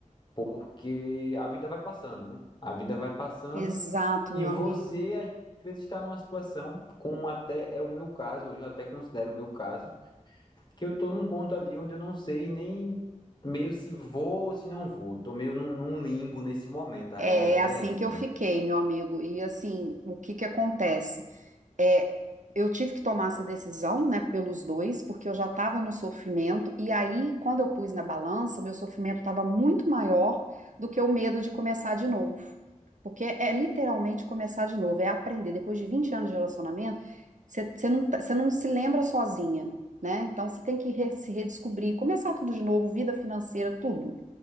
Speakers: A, on the left (about 35°); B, on the right (about 70°).
A: porque a vida vai passando, né? A vida vai passando
B: Exato,
A: e
B: meu
A: você
B: amigo.
A: às vezes está numa situação, como até é o meu caso, hoje eu até considero o meu caso, que eu tô num ponto ali onde eu não sei nem meio se vou ou se não vou. Tô meio num, num limbo nesse momento, a
B: É
A: realidade
B: assim
A: é essa,
B: que eu
A: né?
B: fiquei, meu amigo. E assim, o que que acontece? É, eu tive que tomar essa decisão, né, pelos dois, porque eu já estava no sofrimento. E aí, quando eu pus na balança, o meu sofrimento estava muito maior do que o medo de começar de novo. Porque é literalmente começar de novo, é aprender. Depois de 20 anos de relacionamento, você você não, tá- você não se lembra sozinha, né? Então você tem que re- se redescobrir, começar tudo de novo, vida financeira, tudo.